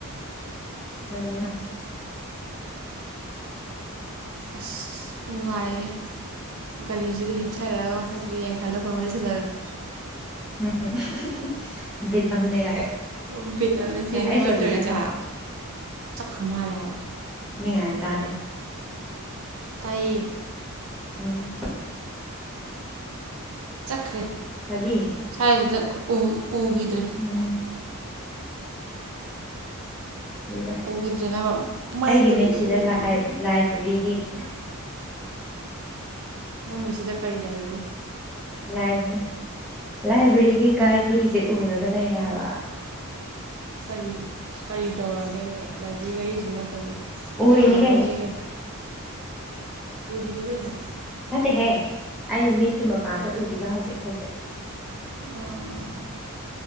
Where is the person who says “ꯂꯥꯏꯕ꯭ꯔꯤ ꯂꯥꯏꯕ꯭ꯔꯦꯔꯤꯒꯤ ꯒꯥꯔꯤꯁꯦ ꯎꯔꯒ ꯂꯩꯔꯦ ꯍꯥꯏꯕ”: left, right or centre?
Centre